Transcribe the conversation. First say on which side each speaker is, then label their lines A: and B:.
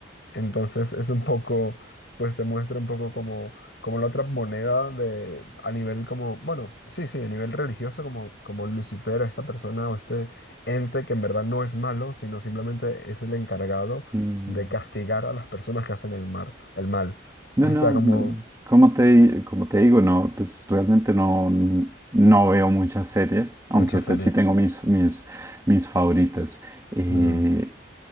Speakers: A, on the left; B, on the right.
A: Entonces es un poco, pues te muestra un poco como, como la otra moneda de, a nivel como, bueno, sí, sí, a nivel religioso, como, como Lucifer, esta persona o este ente que en verdad no es malo, sino simplemente es el encargado
B: Mm.
A: de castigar a las personas que hacen el mal, el mal. Entonces
B: No, no,
A: está como
B: no, Como te, como te digo, no, pues realmente no, no veo muchas series, aunque
A: muchas
B: pues
A: series.
B: sí tengo mis, mis, mis favoritas. Eh,
A: Mm,